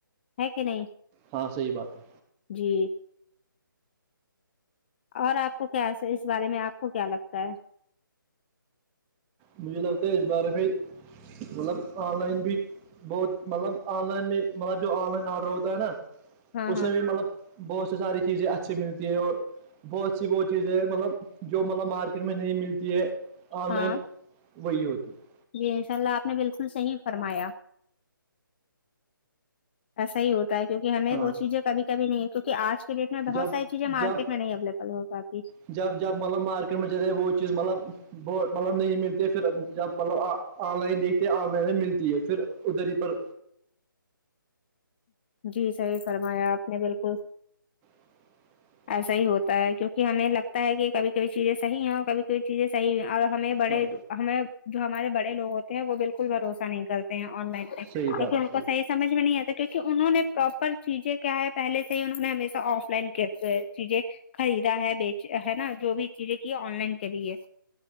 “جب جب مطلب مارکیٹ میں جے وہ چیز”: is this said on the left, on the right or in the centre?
Right